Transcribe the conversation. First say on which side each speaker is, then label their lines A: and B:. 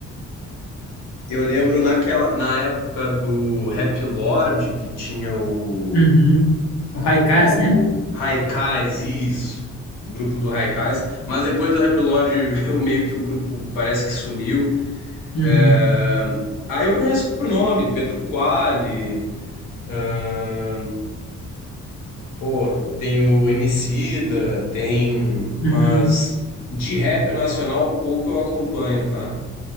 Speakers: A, on the left; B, on the left.
A: Eu lembro naquela, na época do Rap Lord, que tinha o
B: Uhum. O Haikaz,
A: O
B: né?
A: Haikais, isso. O grupo do Haikais. Mas depois do Rap Lord, <laughs> eu meio que o grupo parece que sumiu.
B: Uhum.
A: É... Aí eu conheço por nome, Pedro Quali. ahn, Pô, tem o Emicida, tem... Mas
B: Uhum.
A: de rap nacional, pouco eu acompanho, tá?